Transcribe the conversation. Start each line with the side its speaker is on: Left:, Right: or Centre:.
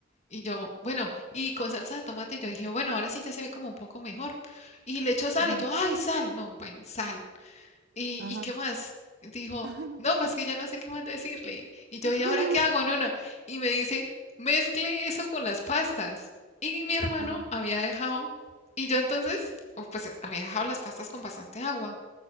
Left: Y yo, bueno, y con salsa de tomate, yo dije, bueno, ahora sí ya se ve como un poco mejor. Y le echo sal
Right: ajá,
Left: y yo, ay, sal. No, bueno, sal. ¿Y,
Right: ajá,
Left: y qué más? Dijo,
Right: ajá.
Left: no, pues que ya no sé qué más decirle. Y yo,
Right: <laughs>
Left: ¿y ahora qué hago, nona? Y me dice, mezcle eso con las pastas. Y mi hermano
Right: Ajá,
Left: había dejado, y yo entonces, o pues había dejado las pastas con bastante agua.